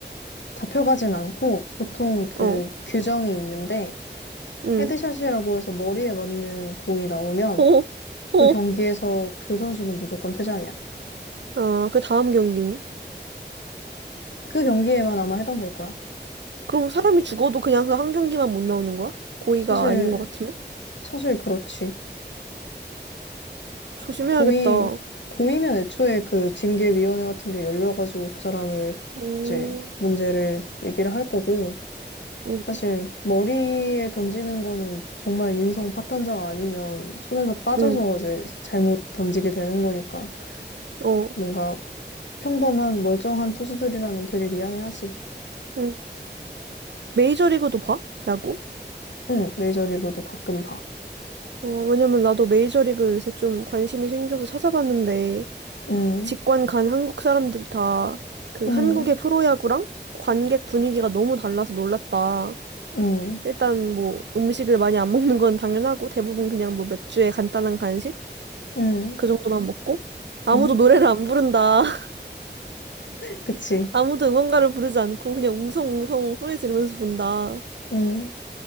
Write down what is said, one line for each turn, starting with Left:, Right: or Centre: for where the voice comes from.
Left: 잡혀가진 않고 보통 그
Right: 어,
Left: 규정이 있는데
Right: 응.
Left: 헤드샷이라고 해서 머리에 맞는 공이 나오면
Right: 어, 어.
Left: 그 경기에서 그 선수는 무조건 퇴장이야.
Right: 아, 그 다음 경기는?
Left: 그 경기에만 아마 해당될 거야.
Right: 그럼 사람이 죽어도 그냥 그 한 경기만 못 나오는 거야? 고의가
Left: 사실
Right: 아닌 것 같으면?
Left: 사실 그렇지.
Right: 조심해야겠다.
Left: 고의, 고의면 애초에 그 징계위원회 같은 게 열려가지고 그 사람을
Right: 음,
Left: 이제 문제를 얘기를 할 거고,
Right: 응,
Left: 사실 머리에 던지는 거는 정말 인성 파탄자가 아니면 손에서 빠져서
Right: 응,
Left: 이제 잘못 던지게 되는 거니까
Right: 어,
Left: 뭔가 평범한 멀쩡한 투수들이라면 되게 미안해하지.
Right: 응. 메이저리그도 봐? 야구?
Left: 응, 메이저리그도 가끔 봐.
Right: 어, 왜냐면 나도 메이저리그 요새 좀 관심이 생겨서 찾아봤는데,
Left: 응,
Right: 직관 간 한국 사람들이 다 그
Left: 응,
Right: 한국의 프로야구랑 관객 분위기가 너무 달라서 놀랐다.
Left: 응,
Right: 일단 뭐 음식을 많이 안 먹는 건 당연하고 대부분 그냥 뭐 맥주에 간단한 간식
Left: 응,
Right: 그 정도만 먹고 아무도
Left: 응,
Right: 노래를 안 부른다. <laughs>
Left: 그치.
Right: 아무도 응원가를 부르지 않고 그냥 웅성웅성 소리 지르면서 본다.
Left: 응,